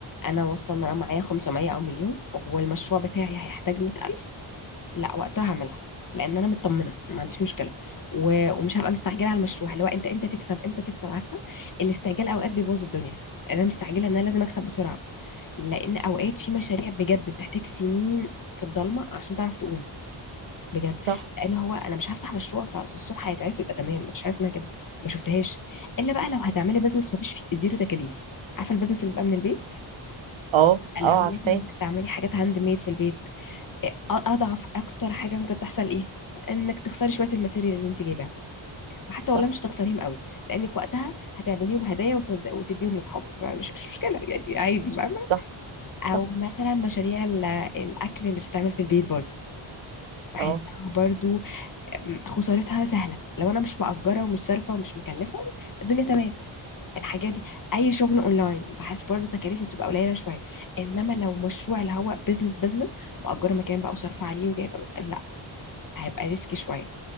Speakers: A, on the left (about 40°); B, on the right (about 70°).
A: انا واصله ان انا معايا 500 او مليون والمشروع بتاعي هيحتاج 100000 لا وقتها هعملها لان انا مطمنه أنا ما عنديش مشكله و... ومش هبقى مستعجله على المشروع اللي هو انت امتى تكسب امتى تكسب عارفه الاستعجال اوقات بيبوظ الدنيا انا مستعجله ان انا لازم اكسب بسرعه لان اوقات في مشاريع بجد بتحتاج سنين في الضلمه عشان تعرف تقوم بجد
B: صح
A: لان هو انا مش هفتح مشروع ففي الصبح هيتعرف يبقى تمام مفيش حاجه اسمها كده ما شفتهاش الا بقى لو هتعملي بزنس مفيش فيه زيرو تكاليف عارفه البزنس اللي بقى من البيت
B: اه
A: لو
B: اه عارفاه
A: مثلا هتعملي حاجات هاند ميد في البيت اضعف اكتر حاجه ممكن تحصل ايه انك تخسري شويه الماتيريال اللي انت جايباها وحتى
B: صح
A: والله مش هتخسريهم قوي لانك وقتها هتعمليهم هدايا وتوزع وتديهم لاصحابك مش مش مشكله يعني عادي فاهمه
B: صح صح
A: او مثلا مشاريع ال- الاكل اللي بتتعمل في البيت برضو بحسها
B: اه
A: برضو خسارتها سهله لو انا مش مأجره ومش صارفه ومش مكلفه الدنيا تمام الحاجات دي اي شغل اونلاين بحس برضو تكاليفه بتبقى قليله شويه انما لو مشروع اللي هو بيزنس بيزنس مأجره مكان بقى وصارفه عليه وجايبه لا هيبقى ريسكي شوية